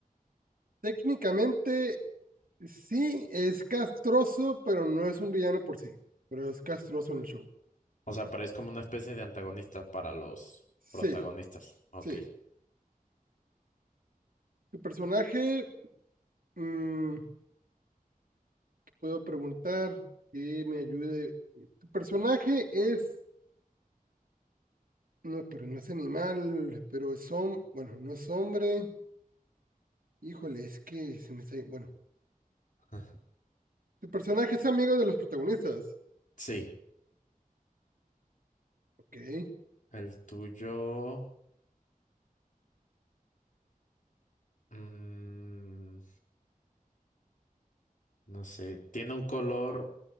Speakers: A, on the right; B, on the left.
A: Técnicamente, sí, es castroso, pero no es un villano por sí. Pero es castroso en el show.
B: o sea, pero es como una especie de antagonista para los
A: Sí,
B: protagonistas. Ok.
A: sí. Tu personaje, mm, ¿qué puedo preguntar que me ayude. Tu personaje es, no, pero no es animal, pero es hombre, bueno, no es hombre. Híjole, es que se me está, bueno.
B: <laughs>
A: Tu personaje es amigo de los protagonistas.
B: Sí,
A: Ok.
B: el tuyo, mm, no sé, tiene un color.